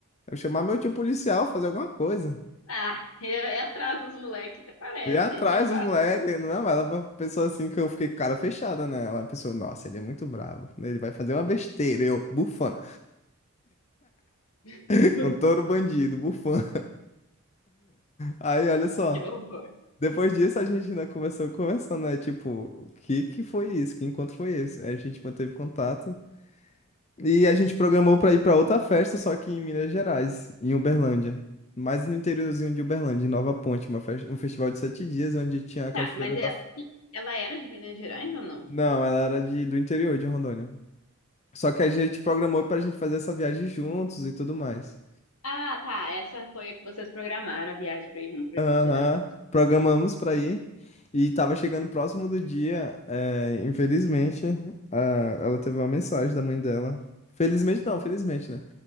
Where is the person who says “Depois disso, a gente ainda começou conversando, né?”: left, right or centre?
Left